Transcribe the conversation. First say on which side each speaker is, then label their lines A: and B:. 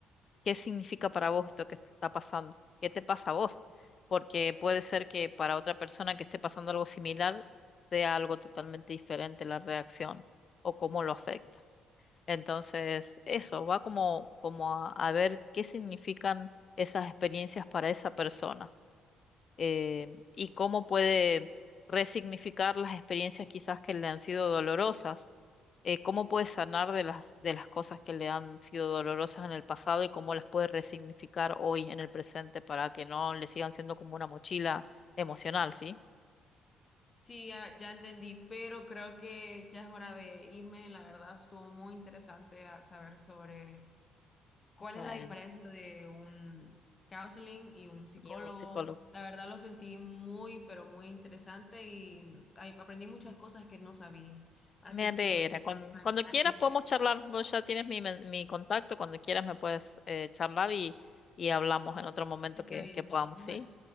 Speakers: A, on the left; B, on the left.
A: ¿Qué significa para vos esto que está pasando? ¿Qué te pasa a vos? Porque puede ser que para otra persona que esté pasando algo similar sea algo totalmente diferente la reacción o cómo lo afecta. Entonces, eso va como, como a, a ver qué significan esas experiencias para esa persona eh, y cómo puede resignificar las experiencias quizás que le han sido dolorosas eh, cómo puede sanar de las, de las cosas que le han sido dolorosas en el pasado y cómo las puede resignificar hoy en el presente para que no le sigan siendo como una mochila emocional, ¿sí?
B: Sí, ya, ya entendí, pero creo que ya es hora de irme. La verdad, estuvo muy interesante a- saber sobre cuál
A: Bueno,
B: es la diferencia de un counseling y un psicólogo.
A: y un psicólogo.
B: La verdad, lo sentí muy, pero muy interesante y mm, ay, aprendí muchas cosas que no sabía. Así
A: Me alegra.
B: que,
A: Cuando,
B: ah,
A: cuando
B: gracias.
A: quieras podemos charlar, vos ya tienes mi, men- mi contacto, cuando quieras me puedes eh, charlar y, y hablamos en otro momento
B: Está
A: que,
B: bien.
A: que podamos,
B: Bueno,
A: ¿sí?